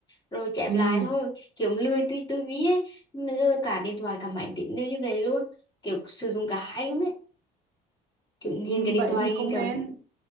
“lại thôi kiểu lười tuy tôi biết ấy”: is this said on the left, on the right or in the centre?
Left